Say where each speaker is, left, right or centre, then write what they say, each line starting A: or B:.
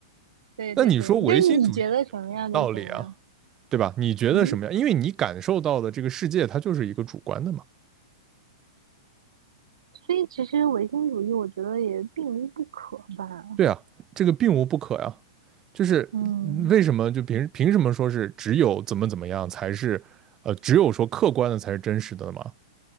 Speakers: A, on the right (about 85°); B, on the right (about 20°).
A: <laughs>，对对对，
B: 那你说唯心主义
A: 就你觉得什么样就是什么样。
B: 有道理啊，对吧？你觉得什么样？
A: 嗯，
B: 因为你感受到的这个世界，它就是一个主观的嘛。
A: 所以其实唯心主义，我觉得也并无不可吧。
B: 对啊，这个并无不可呀。就是嗯为什么就凭凭什么说是只有怎么怎么样才是，
A: 嗯，
B: 呃，只有说客观的才是真实的嘛？